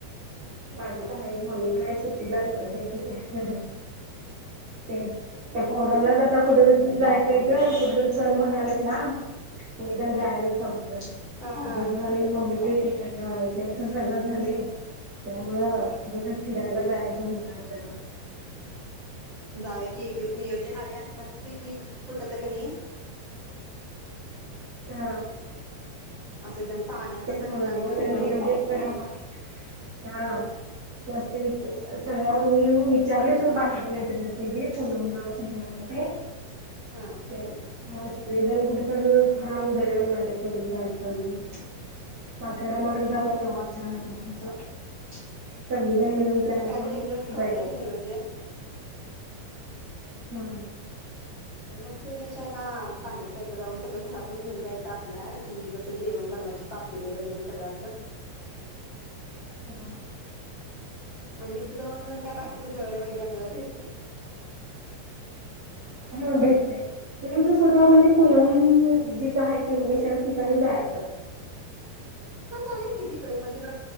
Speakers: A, on the right; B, on the left.
A: माझी पण नाहीत मम्मीकड आहित सुट्टीला तिकडच आहीत ती. तेच ते पोरनाच <unintelligible> जाता कुठे तरी जायचंय का कुठ तर चल म्हणाल्यात लांब कुणीकड जायाच समजना
B: हा हा
A: <unintelligible> झाले मम्मी नाही तुझं सगळं झालंय त्यामुळं कुठ तरी फिरायला जायचं म्हणाल्यात.
B: जाऊया कि एक दिवस नियोजन लावूया अस मस्तपैकी कुठतरीकणी
A: हा
B: असं एकदम
A: <unintelligible>
B: पाण्याचं
A: नियोजन
B: असं ठिकाण बघून
A: करन हा मस्तपैकी सगळ्या मी मी विचारले सुद्धा बाकीच्या मैत्रिणीसनी <unintelligible> ते
B: हा
A: ते म सगळीजण कुठ तर छान जाऊया म्हणालेत तेवढीच गाडी काढून <unintelligible> कस आपला प्रवास छान होणार आस सगळीजण मिळून
B: तसंच
A: प्लॅन
B: काहीतरी
A: करून
B: एक दिवस करूया
A: जाऊया महाणलो
B: नियोजन
A: हू
B: तुम्हा <unintelligible> पाण्याची साईटला जाऊन सगळ घरातून घेवून जायचं आपल्या म्हणजे जसं जेवण बनवायची पातीले वगैरे सगळ आस
A: हा
B: आणि ती थ जाऊन काय बाकीचं
A: तेच की
B: जळण वगैरे आपल्याला भेटंतय <inaudible>
A: हा भेटतय <unintelligible> म्हणजे पुनम जिथ हायकणी त्याच ठिकाणी जायाचं
B: हा चालेल कि तिकडे पण कड